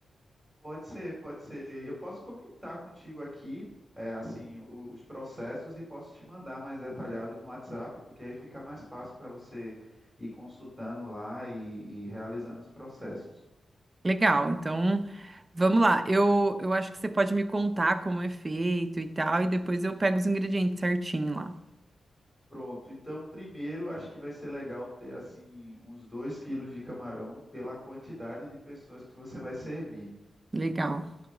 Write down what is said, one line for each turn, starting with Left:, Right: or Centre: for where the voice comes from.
Centre: Pode ser, pode ser. Eu posso comentar contigo aqui, é, assim, o- os processos e posso te mandar mais detalhado no WhatsApp, porque aí fica mais fácil para você ir consultando lá e e realizando os processos.
Right: Legal, então vamos lá. Eu, eu acho que você pode me contar como é feito e tal, e depois eu pego os ingredientes certinho lá.
Centre: Pronto, então primeiro acho que vai ser legal ter assim uns 2 quilos de camarão pela quantidade de pessoas que você vai servir.
Right: Legal.